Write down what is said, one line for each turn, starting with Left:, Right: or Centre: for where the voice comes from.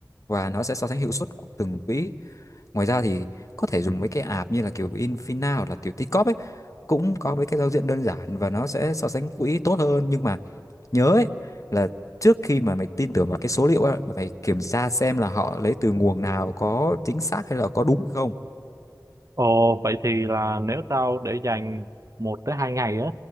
Left: và nó sẽ so sánh hiệu suất của từng quỹ. Ngoài ra thì có thể dùng mấy cái app như là kiểu Infina hoặc là kiểu Tikop ấy, cũng có mấy cái giao diện đơn giản và nó sẽ so sánh quỹ tốt hơn nhưng mà nhớ ấy, là trước khi mà mày tin tưởng vào cái số liệu á, mày phải kiểm tra xem là họ lấy từ nguồn nào có chính xác hay là có đúng hay không.
Right: Ồ vậy thì là nếu tao để dành một tới hai ngày á